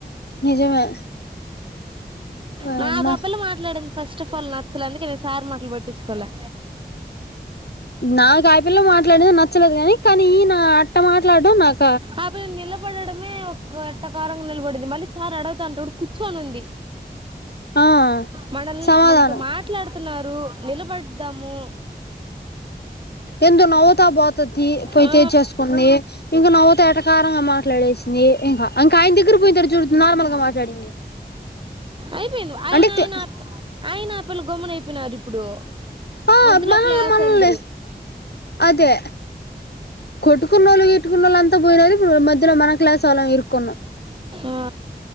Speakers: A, on the left (about 70°); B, on the right (about 30°).
A: నిజమే ఓయమ్మ
B: నాక్ అ పిల్ల మాట్లాడింద్ ఫస్ట్ అఫ్ ఆల్ నచ్చలే అందుకే నేన్ సార్ మాటల్ పట్టిచుకోలే
A: నాక్ అ పిల్ల మాట్లాడది నచ్చలేద్ గాని కానీ ఈన అట్ట మాట్లాడం నాక్
B: ఆ పిల్ల నిలబడడమే ఒక్క ప్రకారం నిలబడింది మళ్ళీ సార్ అడగతంటే కూర్చొనుంది
A: ఆ
B: మనల్
A: సమాధానం
B: మనతో మాట్లాడుతున్నారు నిలబడ్దాము
A: ఎందో నవ్వుతా పోతది పోయితే
B: ఆ
A: చేసుకుంది ఇంకా నవ్వుతా ఎటాకారంగా మాట్లాడేసింది ఇంక ఆయన దగ్గరికి పోయి తరిచ నార్మల్గ మాట్లాడింది
B: అయిపోయింది ఆయన
A: అంటే
B: ఆయన ఆయన ఆ పిల్ గొమ్మునైపోయినార్ ఇప్పుడు
A: ఆ
B: మధ్యలో
A: మనల్ని
B: క్లాస్
A: మనల్ని
B: అందరు
A: అదే కొట్టుకున్నోళ్ళు తిట్టుకునోళ్ళు అంత పోయినది ఇప్పుడు మధ్యలో మన క్లాస్ వాళ్ళం ఇరుకున్నాం
B: ఆ